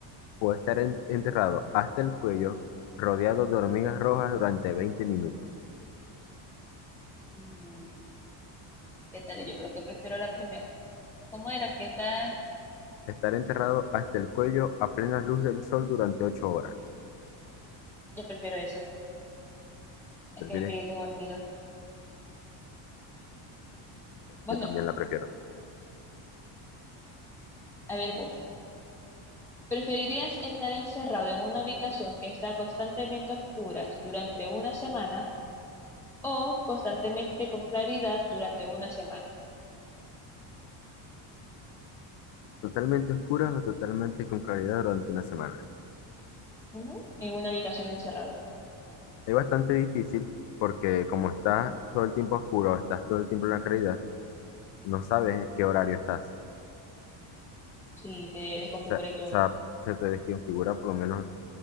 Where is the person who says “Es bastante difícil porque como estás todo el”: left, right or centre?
Left